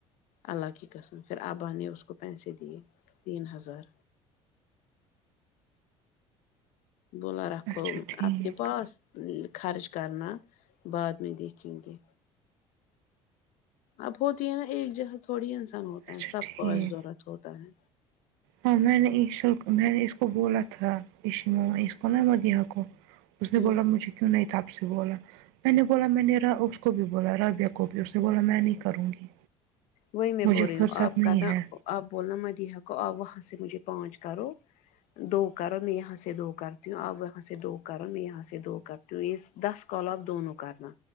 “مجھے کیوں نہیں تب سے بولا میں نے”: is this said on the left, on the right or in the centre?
Right